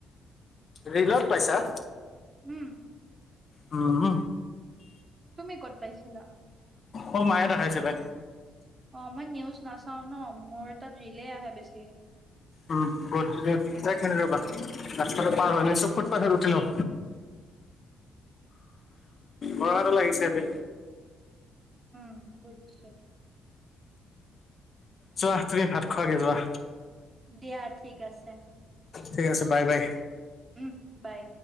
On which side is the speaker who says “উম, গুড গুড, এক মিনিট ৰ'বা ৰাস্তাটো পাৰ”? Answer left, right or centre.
Left